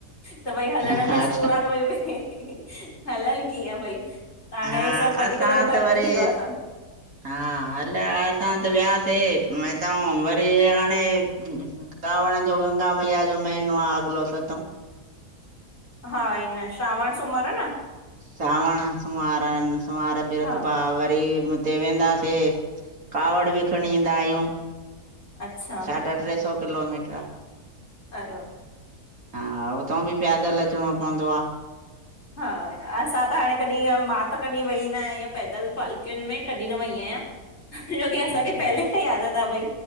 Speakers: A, on the left; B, on the right.
A: त भई हलण
B: हा
A: में
B: अच्छा
A: सूर आ त भई हलन कीअं भई त हाणे
B: हा
A: सॿ वधीक
B: असां
A: त घट
B: वरी
A: थी वियो आ सॿ।
B: हा हल असां त वियासीं हि हितां वरी हाणे। कावण ॼो गंगा मैया ॼो महीनो आ अॻलो सतो।
A: हा इन श्रावण सूमर न?
B: सावण सोमार, सोमार बिरक
A: हा
B: बावर वरी हुते वेंदासीं कावड़ ॿि खणी ईंदा आयूं।
A: अच्छा
B: साढा टे सौ किलोमीटर।
A: अरे हवा
B: हा हुतां ॿि पैयादल अचणो पवंदो आ।
A: हा असां त हाणे कॾि मां त कॾि वेई न आयां इअं पैदल पाल किन में कॾी न वई आयां जोकी असांखे
B: अच्छा
A: पहले खां आदत आ भई।